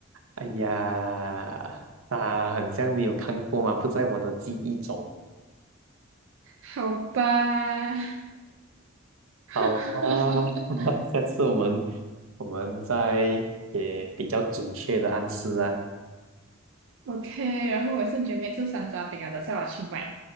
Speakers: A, on the right; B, on the right.
A: 哎呀，啊很像没有看过嘛，不在我的记忆中。
B: 好吧 <laughs>
A: 好啊，<laughs> 下次我们我们再也比较准确的暗示啊。
B: ？OK，然后我是绝备吃山楂饼啊，等下我去买。